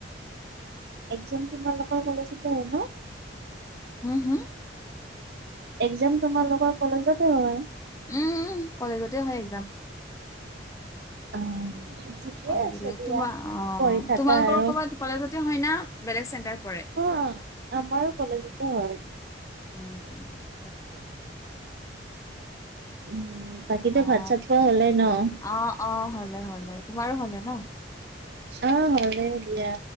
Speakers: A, on the right; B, on the left.
A: এক্সাম তোমালোকৰ কলজটে হব?
B: উম হম
A: একজাম তোমালোকৰ কলেজতে হয়
B: উম উ কলেজতে হয় এক্সাম
A: অ। ঠিকে
B: <unintelligible>
A: আছে দিয়া।
B: তোমাৰ অ
A: পঢ়ি থাকা
B: তোমালোকৰ
A: আৰু
B: কৰবাত কলেজতে হয় না বেলেগ চেণ্টাৰ পৰে।
A: অ আমাৰো কলেজতে হয়।
B: উম তাক।
A: উ বাকীটো
B: অ'।
A: ভাত চাত খোৱা হ'লে নহ।
B: অ', অ', হ'লে তোমাৰো হ'লে নহ।
A: অ হ'লে দিয়া